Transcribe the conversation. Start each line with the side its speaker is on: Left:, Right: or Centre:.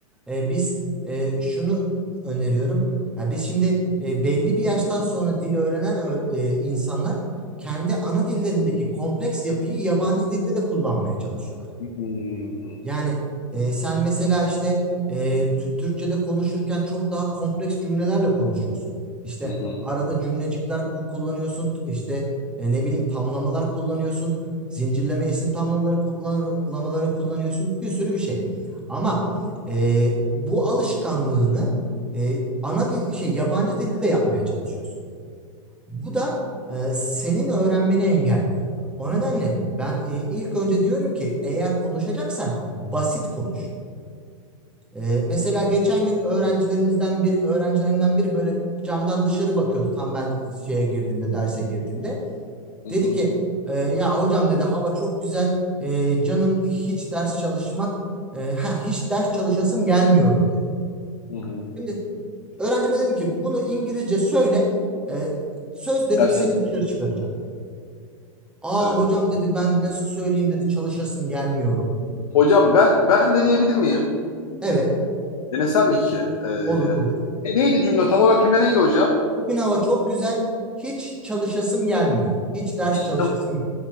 Centre: e, biz e, şunu öneriyorum. Ya biz şimdi e, belli bir yaştan sonra dil öğrenen ö- e, insanlar kendi ana dillerindeki kompleks yapıyı yabancı dilde de kullanmaya çalışıyorlar.
Left: Hmm.
Centre: Yani e, sen mesela işte e, Tü- Türkçe'de konuşurken çok daha kompleks cümlelerle konuşuyorsun. İşte
Left: Hı hı.
Centre: arada cümlecikler ku- kullanıyorsun, t- işte e, ne bileyim tamlamalar kullanıyorsun, zincirleme isim tamlamaları kullanmaları kullanıyorsun, bir sürü bir şey. Ama e, bu alışkanlığını e, ana dil şey yabancı dilde de yapmaya çalışıyorsun. Bu da e, senin öğrenmeni engelliyor. O nedenle ben e, ilk önce diyorum ki eğer konuşacaksan basit konuş. E, mesela geçen gün öğrencilerimizden bir öğrencilerimden biri böyle camdan dışarı bakıyordu tam ben e, şeye girdiğimde derse girdiğimde.
Left: Hı
Centre: Dedi
Left: hı.
Centre: ki e, ya hocam dedi hava çok güzel E, canım hiç ders çalışmak e, ha hiç ders çalışasım gelmiyor dedi.
Left: Hı hı.
Centre: Şimdi öğrencime dedim ki bunu İngilizce söyle e, söz dedim
Left: Gerçekten
Centre: seni dışarı çıkaracağım. Aa
Left: evet.
Centre: hocam dedi ben nasıl söyleyeyim dedi çalışasım gelmiyorum.
Left: Hocam ben ben deneyebilir miyim?
Centre: Evet
Left: Denesem mi ki? Ee,
Centre: olur olur.
Left: ne- neydi cümle? Tam olarak cümle neydi hocam?
Centre: Bugün hava çok güzel. Hiç çalışasım gelmiyor. Hiç ders
Left: Hiç
Centre: çalışasım yok.